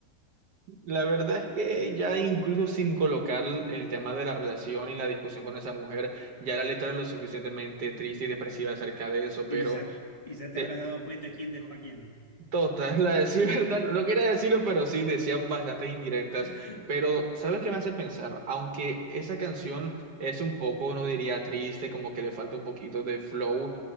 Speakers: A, on the right; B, on the left.
A: La verdad es que ya incluso sin colocar el tema de la relación y la discusión con esa mujer, ya la letra es lo suficientemente triste y depresiva acerca de eso, pero...
B: Y ya, y ya
A: te-
B: te habrás dado cuenta quién dejó a quién.
A: Total, <laughs> la decir verdad, no quería decirlo, pero sí decían bastantes indirectas.
B: <laughs>
A: Pero, ¿sabes qué me hace pensar? Aunque esa canción es un poco, no diría triste, como que le falta un poquito de flow,